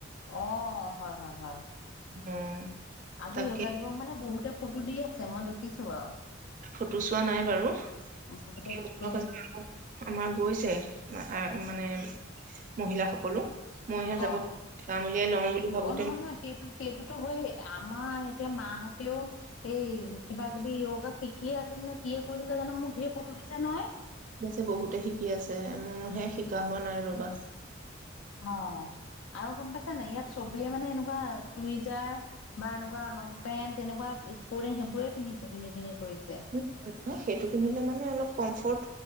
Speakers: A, on the left; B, on the right.
A: অ', হয়, হয়, হয়।
B: অ!
A: আজি
B: তাকে
A: যোগা দিৱস মানে বহুতে ফটো দি আছে মই দেখিছো বাৰু।
B: ফটো চোৱা নাই বাৰু
A: বহুতে
B: ও
A: ফটো মেলি।
B: প আমাৰ গৈছে। মানে মহিলাসকলো মইহে যাব
A: অ'
B: কাম উলিয়াই লওঁ বুলি ভাবোতে
A: অ' নহয় নহয় সেইটো সেইটোতো হয় আমাৰ এতিয়া মা আৰু তেওঁ এই কিবা কিবি য়োগা শিকিয়ে আছিল নে কিিয়ে কৰিৈছিলে জানো মোক ধঢেৰ ফটো দিছে নহয়।
B: ঠিক আছে বহুতে শিকি আছে মোৰহে শিকা হোৱা নাই ৰবা
A: অ আৰু গম পাইছ নে ইয়াত চবেই মানে এনেকুৱা চুইজাৰ বা এনেকুৱা লং পেন্ট এনেকুৱা স্পৰ্টিং সেইবোৰে পিন্ধি পিন্ধি কৰিছে
B: <inaudible> সেইটো কিনিলে মানে অলপ কম্ফৰ্ট